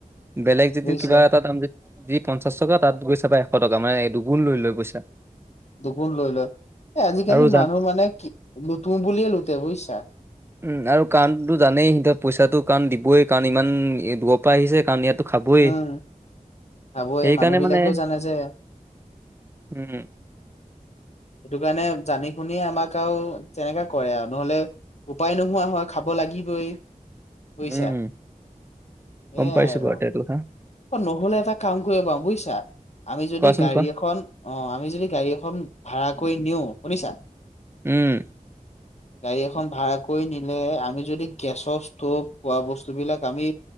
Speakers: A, on the right; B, on the left.
A: বেলেগ যদি
B: বুজিছা
A: কিবা এটা দাম যদি পঞ্চাশ টকা তাত গৈ চাবা এশ টকা মানে দুগুণ লৈ লয় পইচা
B: দুগুন লৈ লয় এই আজিকালি
A: আৰু জান
B: মানুহ মানে কি লুতো বুলিয়ে লুতে বুজিছা
A: উম আৰু কাৰণতো জানেই পইচাটো কাৰণ দিবই কাৰণ ইমান দূৰৰ পৰা আহিছে কাৰণ ইয়াতো খাবই।
B: উম আগুৱাই
A: সেইকাৰণে
B: মানুহবিলাকেও
A: মানে
B: জানে যে
A: উম
B: সেইটো কাৰণে জানি শুনে আমাক আৰু যেনেকুৱা কৰে আৰু নহ'লে উপায় নোহোৱা হয় খাব লাগিবই বুজিছা
A: উম গম
B: এ
A: পাইছো
B: আৰু
A: বাৰু তে এইটো কথা
B: নহ'লে এটা কাম কৰিবা বুজিছা আমি যদি
A: কোৱাচোন
B: গাড়ী
A: কোৱা।
B: এখন অ আমি যদি গাড়ী এখন ভাড়া কৰি নিওঁ শুনিছা
A: উম
B: গাড়ী এখন ভাড়াকৈ নিলে আমি যদি গেছৰ ষ্টভ খোৱা বস্তুবিলাক আমি